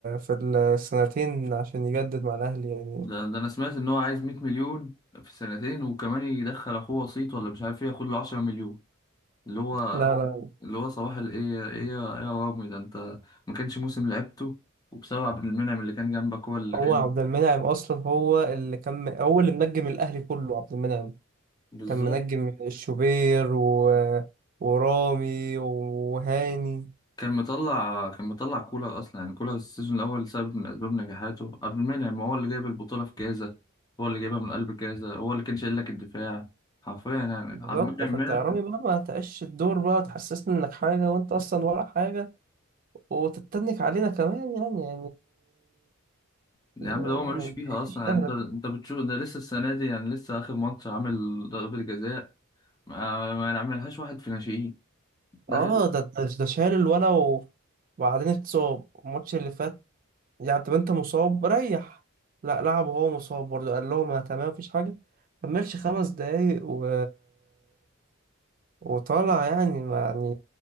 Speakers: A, on the right (about 40°); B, on the left (about 20°).
A: في السنتين عشان يجدد مع الأهلي يعني
B: ده, ده انا سمعت ان هو عايز 100 مليون في سنتين وكمان يدخل اخوه وسيط ولا مش عارف ايه ياخد له 10 مليون اللي هو
A: لا لا
B: اللي هو صباح الايه ايه ايه يا إيه يا رامي ده انت ما كانش موسم لعبته وبسبب عبد المنعم اللي كان جنبك هو اللي
A: هو
B: كان
A: عبد المنعم اصلا هو اللي كان هو اللي منجم الاهلي كله عبد المنعم
B: بالظبط
A: كان منجم الشوبير و... ورامي وهاني
B: كان مطلع كان مطلع كولر اصلا يعني كولر السيزون الاول سبب من اسباب نجاحاته قبل المنعم ما هو اللي جايب البطوله في كازا هو اللي جايبها من قلب كازا هو اللي كان شايل لك الدفاع حرفيا يعني
A: بالظبط
B: عبد المنعم
A: فانت يا رامي
B: من-
A: بقى ما تعيش الدور بقى وتحسسني انك حاجه وانت اصلا ولا حاجه وتتنك علينا كمان يعني يعني
B: يا
A: يعني
B: عم ده هو ملوش فيها اصلا
A: مش
B: يعني
A: اهلك
B: انت انت بتشوف ده لسه السنه دي يعني لسه اخر ماتش عامل ضربه جزاء ما ما عملهاش واحد في ناشئين داخل
A: اه ده ده ده شال الولا و... وبعدين اتصاب الماتش اللي فات يعني طب انت مصاب ريح لا لعب وهو مصاب برضه قال لهم انا تمام مفيش حاجه كملش خمس دقايق و... وطالع يعني ما يعني